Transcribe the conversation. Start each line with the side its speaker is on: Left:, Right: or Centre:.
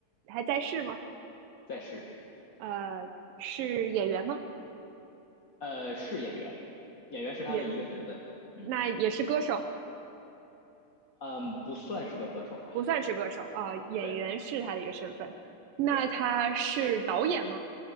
Right: 还在世吗？
Left: 在是，
Right: 呃，是演员吗？
Left: 呃，是演员，演员是他的一个身份，
Right: 也，
Left: 嗯
Right: 那也是歌手，
Left: 嗯，不算是个歌手吧，
Right: 不算是歌手啊，演员是他的一个身份。
Left: 对
Right: 那他是导演吗？
Left: 对，